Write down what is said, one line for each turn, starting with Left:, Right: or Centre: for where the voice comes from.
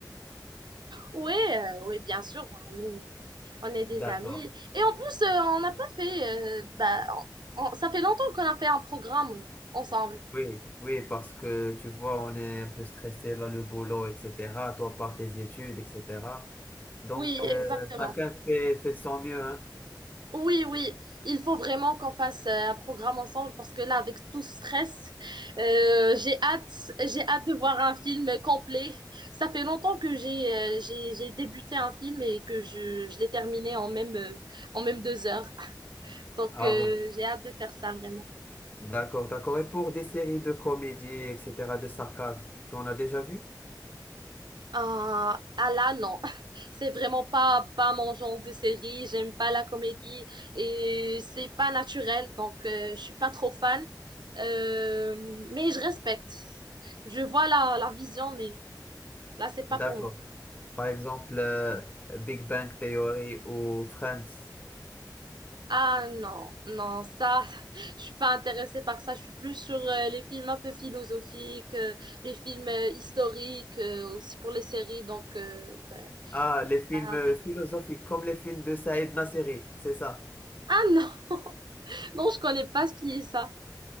Right: Oui, euh, oui, bien sûr, bah, on est, on est des
Left: D'accord.
Right: amis. Et en plus, euh, on n'a pas fait, euh, bah, on- on- ça fait longtemps qu'on a fait un programme ensemble.
Left: Oui, oui, parce que tu vois, on est un peu stressé, là, le boulot, etc. Toi, par tes études, etc. Donc,
Right: Oui, exactement.
Left: euh, chacun fait, fait de son mieux, hein.
Right: Oui, oui, il faut vraiment qu'on fasse euh, un programme ensemble parce que là, avec tout ce stress, euh, j'ai hâte, j'ai hâte de voir un film complet. Ça fait longtemps que j'ai, euh, j'ai, j'ai débuté un film et que je, je l'ai terminé en même, euh, en même deux heures. Donc,
Left: Ah
Right: euh,
Left: bon,
Right: j'ai hâte de faire ça vraiment.
Left: d'accord, d'accord. Et pour des séries de comédie, etc., de sarcasme, tu en as déjà vu?
Right: Ah, ah là, non. C'est vraiment pas, pas mon genre de série. J'aime pas la comédie et c'est pas naturel. Donc, euh, je suis pas trop fan. Euh, mais je respecte. Je vois la, la vision, mais là, c'est pas
Left: D'accord.
Right: pour moi.
Left: Par exemple, euh, Big Bang Theory ou Friends.
Right: Ah non, non, ça, <laughs> je suis pas intéressée par ça. Je suis plus sur euh, les films un peu philosophiques, euh, les films euh, historiques, euh, aussi pour les séries. Donc, euh, ben,
Left: Ah, les films
Right: pas intéressée.
Left: euh, philosophiques, comme les films de Saïd Nasseri, c'est ça.
Right: Ah non, <laughs> non, je connais pas ce qui est ça.